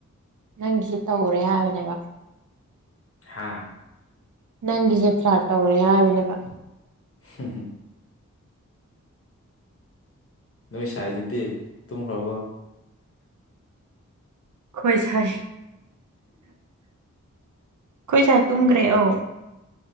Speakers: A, on the right (about 75°); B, on the left (about 45°).
A: ꯅꯪꯒꯤꯁꯤ ꯇꯧꯔꯦ ꯍꯥꯏꯕꯅꯦꯕ
B: ꯍꯥꯥ
A: ꯅꯪꯒꯤꯁꯦ ꯐ꯭ꯂꯥꯠ ꯇꯧꯔꯦ ꯍꯥꯏꯕꯅꯦꯕ
B: ꯍ ꯅꯃꯤ ꯆꯥꯏꯗꯤꯗꯤ ꯇꯝ ꯍꯕꯣ
A: ꯈꯣꯏ ꯁꯥꯏ ꯈꯣꯏ ꯁꯥꯏ ꯇꯒ ꯇꯔꯦ ꯑꯧ